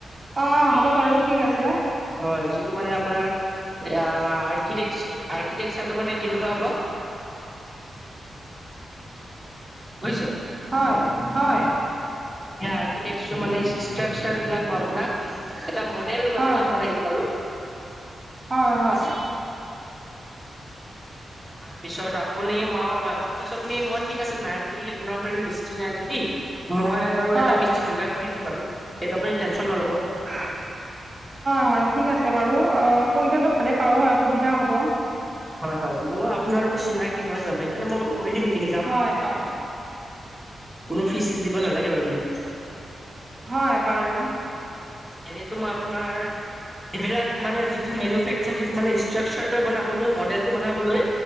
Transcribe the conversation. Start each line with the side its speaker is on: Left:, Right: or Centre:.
Right: অ হ'ব বাৰু, ঠিক আছে।
Centre: হয় যি টো মানে আপোনাৰ আ আৰ্কিটেক আৰ্কিটেকছাৰটো মানে কেনেকুৱা হ'ব? বুইছে?
Right: হয়, হয়।
Centre: সেই আৰ্কিটেকছাৰ মানে ষ্ট্ৰাকচাৰবিলাক ম আপোনাক এটা মডেল ভাইজত
Right: হয়, হয়,
Centre: বনাই দিম বাৰু।
Right: হয়, হয়,
Centre: বুজিছে তাৰপিছত আপুনি মই হোৱাটছআপত আছো। আপুনি মই ঠিক আছে নাই যদি আপোনাৰ ফালে মিস্ত্ৰী নাই যদি মই বাৰু
Right: হয়,
Centre: এটা মিস্ত্ৰী যোগাৰ কৰি দিম বাৰু। সেইটো আপুনি টেনচন নল'ব।
Right: হয়, হয় ঠিক আছে বাৰু। অ
Centre: হয়
Right: কৈ দিয়াটো
Centre: হয়
Right: ভালে পাও হয় অসুবিধা হ'ব।
Centre: হয়, হয়। মই আপোনালোকো চিনাকি নহয় জানো। সেইকাৰণে মই বাৰু কৰি দিম এইখিনি কাম।
Right: হয়, হয়,
Centre: কোনো ফিজ-চিচ দিব নালাগে বাৰু মোক।
Right: হয়, বাৰু।
Centre: এনেটো মই আপোনাৰ এইবিলাক মানে যিটো মেনোফেকচাৰ যিটো মানে ষ্ট্ৰাকচাৰটো বনাবলৈ মডেলটো বনাবলৈ